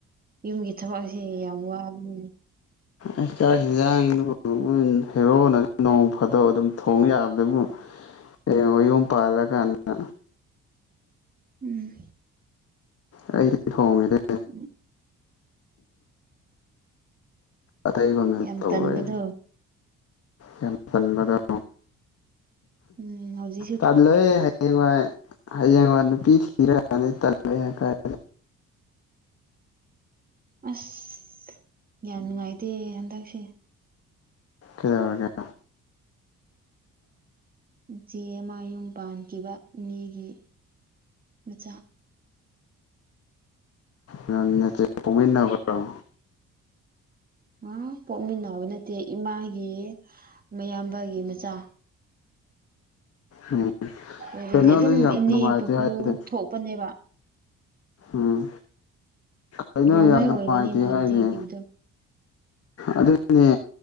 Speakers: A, on the right; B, on the left.
A: ꯌꯨꯝꯒꯤ ꯊꯕꯛ ꯑꯁꯦ ꯌꯥꯝ ꯋꯥꯕꯅꯤꯅ‌ꯦ
B: ꯑꯩ ꯆꯥꯛ ꯍꯤꯟꯖꯥꯡꯗꯨ ꯅꯣꯢ ꯍꯦꯔꯣꯅ ꯅꯣꯡ ꯐꯥꯗꯣꯛ ꯑꯗꯨꯝ ꯊꯣꯡ ꯌꯥꯕꯗꯕꯨ ꯍꯌꯦꯡꯋꯥꯢ ꯌꯨꯝ ꯄꯥꯜꯂꯀꯥꯟꯗ
A: ꯎꯝ
B: ꯑꯩꯗꯤ ꯊꯣꯡ <unintelligible>
A: <unintelligible>
B: ꯑꯇꯩꯒꯅ
A: ꯌꯥꯝ
B: ꯇꯧꯔꯦꯣꯏ
A: ꯇꯟꯕꯗꯣ
B: ꯌꯥꯝ ꯇꯟꯕꯗ‌ꯣ
A: ꯎꯝ ꯍꯧꯖꯤꯛ
B: ꯇꯜꯂꯣꯏ ꯍꯌꯦꯡꯋꯥꯏ ꯍꯌꯦꯡꯋꯥꯏ ꯅꯨꯄꯤ ꯊꯤꯔꯀꯥꯟꯗꯤ ꯇꯜꯂꯣꯏ ꯍꯥꯏꯇꯥꯏ
A: ꯑꯁ ꯌꯥꯝ ꯅꯨꯡꯉꯥꯏꯇꯦꯍ‌ꯦ ꯍꯟꯗꯛꯁꯦ
B: ꯀꯩꯗꯧꯔꯒꯦ
A: ꯏꯆꯦ ꯑꯃ ꯌꯨꯝ ꯄꯥꯟꯈꯤꯕ ꯏꯅ‌ꯦꯒꯤ ꯃꯆꯥ
B: ꯅꯪ ꯅꯆꯦ ꯄꯣꯛꯃꯤꯟꯅꯕꯔꯣ
A: ꯑ ꯄꯣꯛꯃꯤꯟꯅꯕ ꯅꯠꯇꯦ ꯏꯃꯥꯒꯤ ꯃꯌꯥꯝꯕꯒꯤ ꯃꯆꯥ
B: ꯎꯝ
A: ꯑꯗꯨꯗꯤ
B: ꯀꯩꯅꯣ
A: ꯑꯗꯨꯝ
B: ꯑꯗꯨ ꯌꯥꯝ
A: ꯏꯅꯦ
B: ꯅꯨꯡꯉꯥꯏꯇꯦ
A: ꯄꯨꯄꯨ
B: ꯍꯥꯏꯗꯤ
A: ꯊꯣꯛꯄꯅꯦꯕ
B: ꯎꯝ ꯀꯩꯅꯣ
A: ꯔꯣꯡꯃꯥꯏ
B: ꯌꯥꯝ ꯅꯨꯡꯉꯥꯏꯇꯦ
A: ꯑꯣꯏꯕꯅꯤ ꯃꯥꯅ
B: ꯍꯥꯏꯗꯤ
A: ꯆꯦꯟꯈꯤꯕꯗꯣ
B: ꯑꯗꯨꯏꯅꯦ